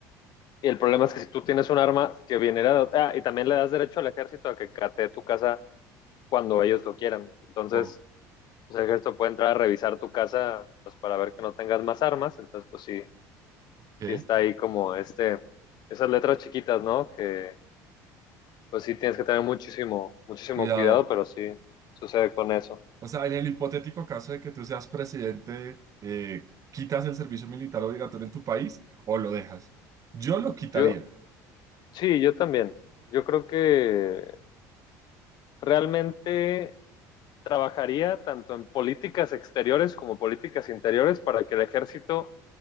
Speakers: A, on the left; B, on the right.
A: Y el problema es que si tú tienes un arma que viene de... otra, Ah, y también le das derecho al ejército a que catee tu casa cuando ellos lo quieran. Entonces,
B: oh,
A: pues, el ejército puede entrar a revisar tu casa pues, para ver que no tengas más armas. Entonces, pues sí,
B: ok.
A: sí está ahí como este, esas letras chiquitas, ¿no? Que pues sí tienes que tener muchísimo, muchísimo
B: Cuidado.
A: cuidado, pero sí sucede con eso.
B: O sea, en el hipotético caso de que tú seas presidente, eh, ¿quitas el servicio militar obligatorio en tu país o lo dejas? Yo lo quitaría.
A: Yo, sí, yo también. Yo creo que realmente trabajaría tanto en políticas exteriores como políticas interiores para que el ejército